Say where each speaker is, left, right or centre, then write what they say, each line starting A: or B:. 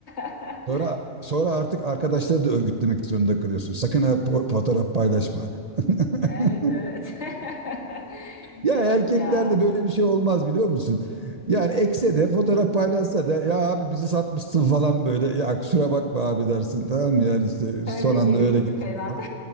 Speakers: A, on the left; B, on the right.
A: <laughs>
B: Sonra sonra artık arkadaşları da örgütlemek zorunda kalıyorsun. Sakın ha po- fotoğraf paylaşma. <laughs>
A: Evet evet. <laughs>
B: Ya
A: Evet
B: erkeklerde
A: ya.
B: böyle bir şey olmaz biliyor musun? Yani ekse de fotoğraf paylaşsa da ya abi bizi satmışsın falan böyle. Ya kusura bakma abi dersin tamam mı? Yani işte
A: Öyle
B: son anda
A: gerekti
B: öyle gelişti
A: falan.
B: falan.